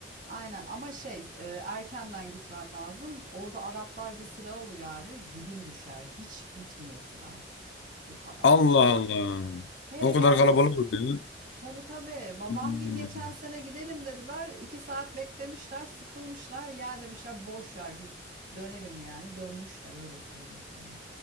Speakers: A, on the right; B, on the left.
A: Aynen ama şey e, erkenden gitmen lazım. Orada Araplar bir sıra oluyor abi. Dibin düşer. Hiç bitmiyor sıra. O kadar
B: Allah
A: kalabalık.
B: Allah.
A: He yani
B: O kadar kalabalık oluyor.
A: tabii tabii babamgil
B: Hmm.
A: geçen sene gidelim dediler. iki saat beklemişler sıkılmışlar. Ya demişler boş ver biz dönelim yani. Dönmüşler öyle söyleyeyim sana.